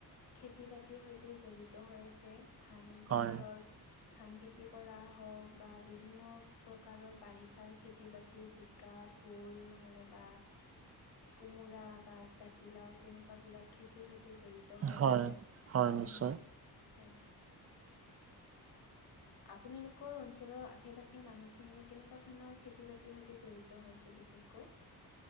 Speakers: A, on the left (about 85°); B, on the right (about 40°).
A: খেতি-বাতিৰ সৈতে জড়িত হৈ আছে ধান পথাৰৰ
B: হয়
A: <inaudible> ধান খেতি কৰা হওক বা বিভিন্ন প্ৰকাৰৰ বাৰিষাৰ খেতি-বাতি যি <inaudible> জিকা, ভোল নহলে বা কোমোৰা বা জাতিলাও তেনেকুৱা বিলাক <inaudible> খেতিৰ সৈতে জড়িত হৈ
B: হয়
A: আছে নহয়
B: হয় নিশ্চয়
A: নে হয় <inaudible> আপোনালোকৰ অঞ্চলৰ আশে-পাশে মানুহখিনি কেনেকুৱা ধৰণৰ খেতি-বাতিৰ সৈতে জড়িত হৈছে বিশেষকৈ? <unintelligible>